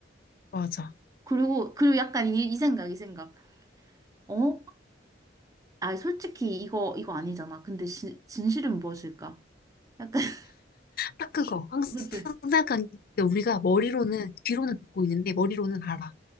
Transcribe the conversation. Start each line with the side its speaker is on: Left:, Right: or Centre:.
Left: 맞아.
Right: 그리고, 그리고 약간 이, 이 생각, 이 생각. 어? 아, 솔직히 이거, 이거 아니잖아. 근데 진, 진실은 무엇일까? 약간, <laughs>
Left: 딱 그거. 항상
Right: 그치?
Left: 생각한 게 우리가 머리로는, 귀로는 듣고 있는데 머리로는 알아.